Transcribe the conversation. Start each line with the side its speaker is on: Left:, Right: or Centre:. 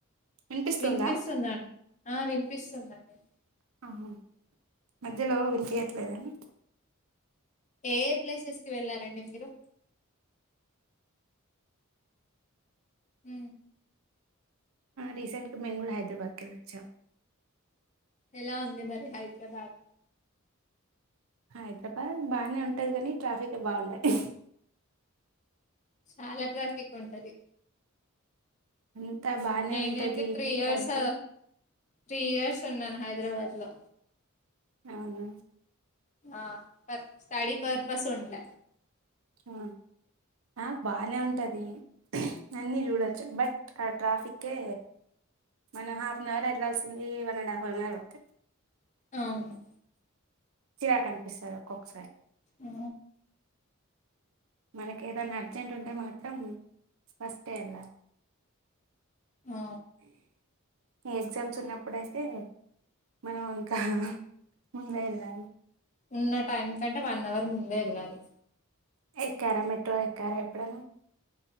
Right: వినిపిస్తుందా
Left: వినిపిస్తుందడి ఆ వినిపిస్తుందండి
Right: ఆహా మధ్యలో వినిపయట్లేదని
Left: ఏ ప్లేసెస్ కి వెళ్ళారండి మీరు అ
Right: రీసెంట్గా మేము కూడా హైదరాబాద్కి వెళ్ళ వచ్చాం
Left: ఎలా ఉందంది మరి హైదరాబాద్
Right: హైదరాబాద్ బానే ఉంటది కానీ ట్రాఫిక్ బాగుండయి
Left: చాలా తసక్ ఉంటది
Right: అంతా బాగానే
Left: నేనైతే
Right: ఉంటంది
Left: త్రీ
Right: చూడానికి
Left: ఇయర్స్ త్రీ ఇయర్స్ ఉన్నాను హైదరాబాద్ లో
Right: అవును
Left: ఆ ప స్టడి పర్పస్ ఉంట
Right: ఆ ఆ బానే ఉంటది నందిీ చూడొచ్చు బట్ ఆ ట్రాఫిక్ ఓకే మనం హాఫ్ అన్ అవర్ వెళ్లాల్సింది one and half an hour ఒక
Left: అవును
Right: చిరా క అనిపిస్తారు ఒక్కొక్కసారి
Left: ఆ
Right: మనకి ఏదైనా అర్జెంట్ ఉంటే మాత్రం ఫస్ట్ వెళ్ళాలి
Left: ఆ
Right: న ఎగ్జామ్స్ ఉన్నప్పుడుయితే మనం ఇంకా ముందుే వెళ్ళాలి
Left: ఉన్న టైం కంటే వన్ అవర్ ముందే వెళ్ళాలి
Right: ఎ కార మెట ఎక్కార ఎప్పుడనా